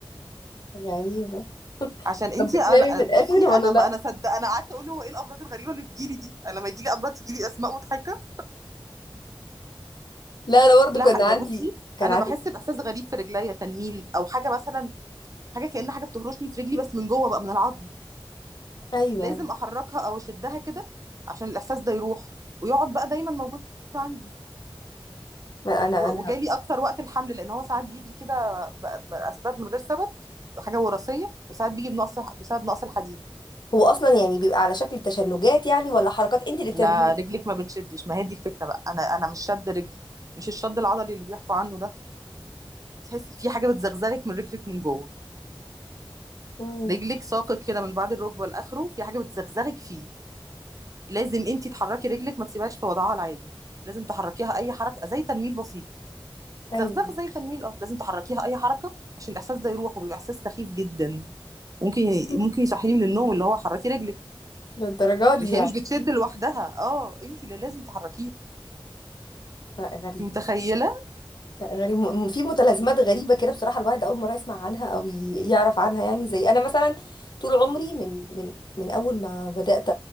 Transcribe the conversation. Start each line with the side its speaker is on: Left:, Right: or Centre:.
Left: غريبة
Right: عشان انتي
Left: طب بتنامي
Right: انا
Left: في الاخر
Right: بصي
Left: ولا
Right: انا
Left: لا
Right: ما انا صدق انا قعدت اقول هو ايه الامراض الغريبه اللي بتجيلي دي انا لما يجيلي امراض تجيلي اسماء مضحكه
Left: لا انا برضو
Right: لا
Left: كان
Right: حق-
Left: عندي
Right: يا بصي
Left: كان
Right: انا
Left: عندي
Right: بحس باحساس غريب في رجليا تنميل او حاجه مثلا حاجه كأن حاجه بتهرشني في رجلي بس من جوه بقى من العظم
Left: ايوه
Right: لازم احركها او اشدها كده عشان الاحساس ده يروح ويقعد بقى دايما موجود عندي
Left: ما انا
Right: و-
Left: انا
Right: وجالي اكتر وقت الحمل لان هو ساعات بيجي كده ب- باسباب من غير سبب حاجه وراثيه وساعات بيجي بنقص بسبب نقص الحديد
Left: هو اصلا يعني بيبقى على شكل تشنجات يعني ولا حركات انت اللي بتعمليها
Right: لا رجلك ما بتشدش ما هي دي الفكره بقى انا انا مش شد رجل مش الشد العضلي اللي بيحكوا عنه ده تحسي في حاجه بتزغزغك من رجلك من جوه
Left: امم
Right: رجلك ساقط كده من بعد الركبه لاخره في حاجه بتزغزغك فيه لازم انت تحركي رجلك ما تسيبهاش في وضعها العادي لازم تحركيها اي حركه زي تنميل بسيط زغزغه
Left: ايوه
Right: زي تنميل اه لازم تحركيها اي حركه عشان الاحساس ده يروح وبيبقى احساس سخيف جدا ممكن
Left: <laughs>
Right: ممكن يصحيني من النوم اللي هو حركي رجلك
Left: للدرجه دي
Right: مش هي
Left: يعني
Right: مش بتشد لوحدها اه انت اللي لازم تحركيها
Left: لا غريب
Right: انت متخيله
Left: لا غريب م- في متلازمات غريبه كده بصراحه الواحد اول مره يسمع عنها او ي- يعرف عنها يعني زي انا مثلا طول عمري من من من اول ما بدات